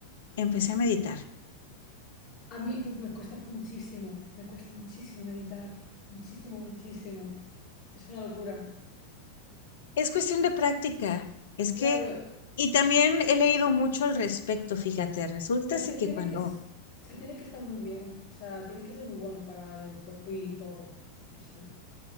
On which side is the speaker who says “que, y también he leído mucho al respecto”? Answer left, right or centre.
Left